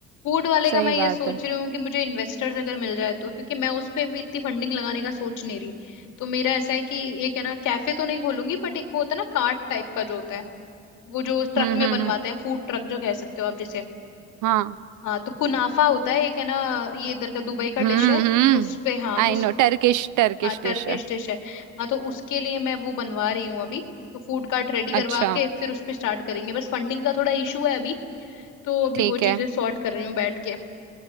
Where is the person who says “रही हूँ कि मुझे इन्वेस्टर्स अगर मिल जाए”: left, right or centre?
Left